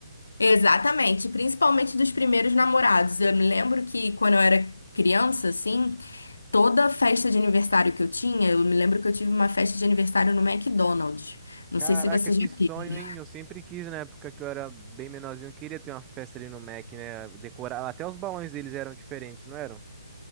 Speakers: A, on the left; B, on the right.
A: Exatamente, principalmente dos primeiros namorados. Eu me lembro que quando eu era criança, assim, toda festa de aniversário que eu tinha, eu me lembro que eu tive uma festa de aniversário no McDonald's. Não
B: Caraca,
A: sei se você
B: que
A: já
B: sonho,
A: teve.
B: hein, eu sempre quis, na época que eu era bem menorzinho, eu queria ter uma festa ali no Mac, né, decorar, até os balões deles eram diferentes, não eram?